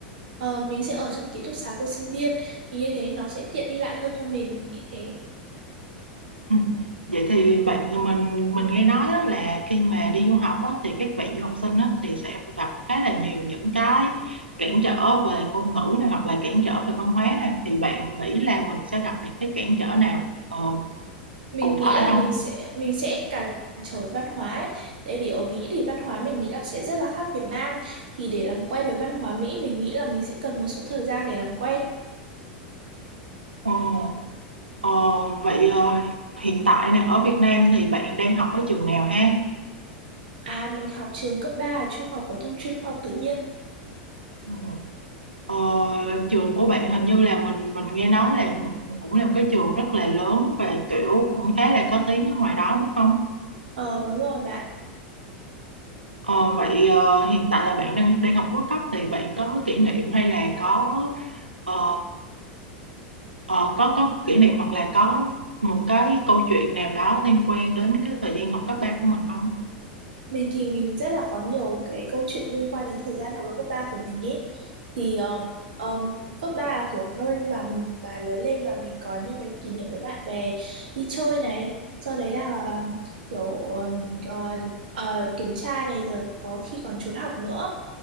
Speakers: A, on the right; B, on the right.
A: Ờ, mình sẽ ở trong ký túc xá của sinh viên thì như thế nó sẽ tiện đi lại hơn cho mình mình nghĩ thế
B: Ừ. Vậy thì bạn mình mình nghe nói á, là khi mà đi du học á, thì các bạn du học sinh á, thì sẽ gặp khá là nhiều những cái cản trở về ngôn ngữ này hoặc là cản trở về văn hóa này thì bạn nghĩ là mình sẽ gặp những cái cản trở nào ờ,
A: mình
B: cụ
A: nghĩ
B: thể
A: là
B: không?
A: mình sẽ mình sẽ cản trở với văn hóa ấy. Tại vì ở Mỹ thì văn hóa mình nghĩ là sẽ rất là khác Việt Nam thì để làm quen với văn hóa Mỹ mình nghĩ là mình sẽ cần một số thời gian để làm quen
B: Ờ, ờ, vậy ờ, hiện tại nè ở Việt Nam thì bạn đang học ở trường nào ha?
A: à mình học trường cấp 3 ở Trung học phổ thông chuyên khoa học tự nhiên
B: Ừ. Ờ, trường của bạn hình như là mình mình nghe nói là cũng là một cái trường rất là lớn và kiểu cũng khá là có tiếng ở ngoài đó đúng không?
A: ờ đúng rồi bạn
B: Ờ, vậy ờ, hiện tại là bạn đang đang học cuối cấp thì bạn có kỷ niệm hay là có ờ, ờ, có có kỷ niệm hoặc là có một cái câu chuyện nào đó liên quan đến cái thời gian học cấp 3 của mình không?
A: Mình thì mình rất là có nhiều cái câu chuyện liên quan đến thời gian học lớp cấp 3 của mình ý. Thì um, um, cấp 3 là kiểu nơi mà mình mà lớn lên mà mình có những cái kỷ niệm với bạn bè đi chơi này, sau đấy là um, kiểu um, ờ, ờ, kiểm tra này rồi có khi còn trốn học nữa